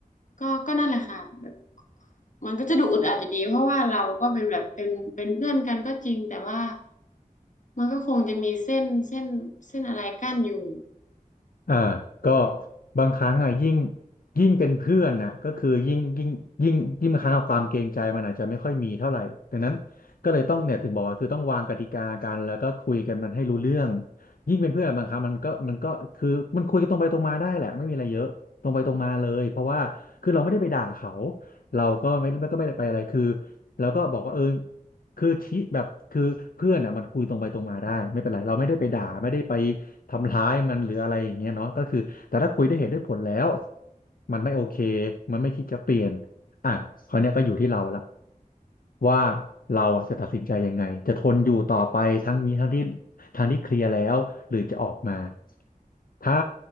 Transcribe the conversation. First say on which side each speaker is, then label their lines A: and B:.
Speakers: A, on the left; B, on the left.
A: ก็ก็นั่นแหละค่ะแบบมันก็จะดูอึดอัดอยู่ดีเพราะว่าเราก็เป็นแบบเป็นเป็นเพื่อนกันก็จริงแต่ว่า มันก็คงจะมีเส้นเส้นเส้นอะไรกั้นอยู่
B: อ่าก็บางครั้งอ่ะยิ่งยิ่งเป็นเพื่อนน่ะก็คือยิ่งยิ่งยิ่งยิ่งบางครั้งอะความเกรงใจมันอาจจะไม่ค่อยมีเท่าไหร่ดังนั้นก็เลยต้องเนี่ยถึงบอกว่าคือต้องวางกติกากันแล้วก็คุยกันมันให้รู้เรื่องยิ่งเป็นเพื่อนอะบางครั้งมันก็มันก็คือมันคุยกันตรงไปตรงมาได้แหละไม่มีอะไรเยอะตรงไปตรงมาเลยเพราะว่าคือเราไม่ได้ไปด่าเขาเราก็ไม่ก็ไม่ได้ไปอะไรคือแล้วก็บอกว่าเออ คือชี้แบบคือเพื่อนอ่ะมันคุยตรงไปตรงมาได้ไม่เป็นไรเราไม่ได้ไปด่าไม่ได้ไปทำร้ายมันหรืออะไรอย่างเงี้ยเนาะก็คือแต่ถ้าคุยด้วยเหตุด้วยผลแล้วมันไม่โอเคมันไม่คิดจะเปลี่ยนอ่ะคราวเนี้ยก็อยู่ที่เราละว่าเราอ่ะจะตัดสินใจยังไงจะทนอยู่ต่อไปทั้งนี้ทั้งที่ทั้งที่เคลียร์แล้วหรือจะออกมาถ้า